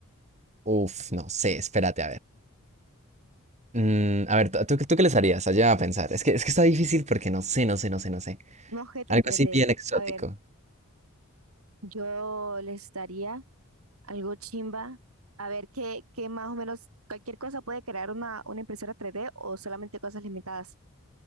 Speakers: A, on the right; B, on the right.
A: uff, no sé, espérate, a ver. Mm, a ver, ¿tú, tú qué tú qué les harías? Allá a pensar. Es que, es que está difícil porque no sé, no sé, no sé, no sé.
B: un objeto
A: Algo
B: en 3D.
A: así bien exótico.
B: A ver, yo les daría algo chimba. A ver, ¿qué, qué más o menos, cualquier cosa puede crear una, una impresora 3D o solamente cosas limitadas?